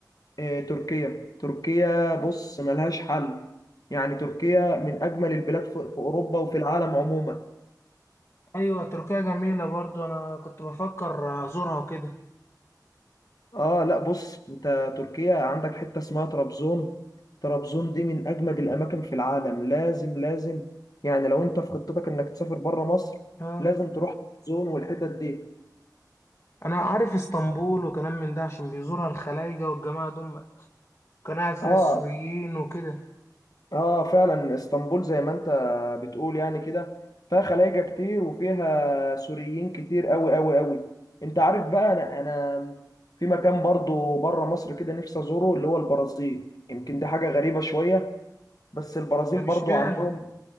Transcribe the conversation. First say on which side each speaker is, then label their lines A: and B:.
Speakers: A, on the left; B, on the left.
A: آه، تركيا تركيا بص ملهاش حل يعني تركيا من اجمل البلاد في في اوروبا وفي العالم عموما
B: ايوه تركيا جميلة برضو انا كنت بفكر ازورها وكده
A: اه لا بص انت تركيا عندك حته اسمها طرابزون طرابزون دي من اجمد الاماكن في العالم لازم لازم يعني لو انت في خطتك انك تسافر بره مصر
B: اه
A: لازم تروح طرابزون والحتت دي
B: انا عارف اسطنبول وكلام من ده عشان بيزورها الخلايجة والجماعة دول كان قاعد فيها
A: اه
B: السوريين وكده
A: اه فعلا اسطنبول زي ما انت بتقول يعني كده فيها خلايجة كتير وفيها سوريين كتير قوي قوي قوي انت عارف بقى انا انا في مكان برضو بره مصر كده نفسي ازوره اللي هو البرازيل يمكن دي حاجة غريبة شوية بس البرازيل
B: طب اشمعنى
A: برضو عندهم